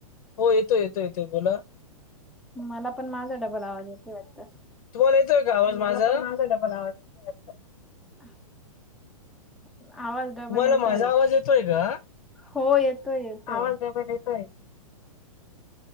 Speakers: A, on the left (about 65°); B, in the centre.
A: हो येतोय येतो येतोय बोला.
B: मला पण माझा डबल आवाज आहे ते वाटत.
A: तुम्हाला येतोय का आवाज माझा माझा डबल आवाज. येतोय वाटतं.
B: <inaudible> आवाज
A: तुम्हाला
B: डबल येतोय
A: माझा आवाज येतोय का
B: हो येतोय येतोय.
A: आवाज डबल येतोय